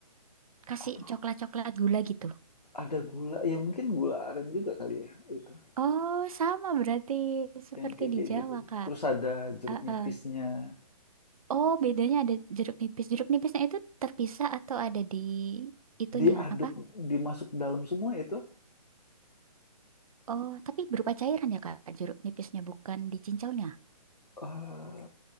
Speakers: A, on the right (about 60°); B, on the left (about 85°).
A: kasih
B: Aduh,
A: coklat-coklat gula gitu.
B: ada gula. Ya mungkin gula aren juga kali ya itu.
A: Oh, sama berarti seperti
B: Yang kayak
A: di
B: kayak
A: Jawa,
B: gitu.
A: Kak.
B: Terus ada jeruk
A: Ah,
B: nipisnya.
A: ah. Oh, bedanya ada jeruk nipis. Jeruk nipisnya itu terpisah atau ada di itunya,
B: Diaduk,
A: apa?
B: dimasuk dalam semua itu.
A: Oh, tapi berupa cairan ya, Kak, jeruk nipisnya, bukan di cincaunya.
B: Eee,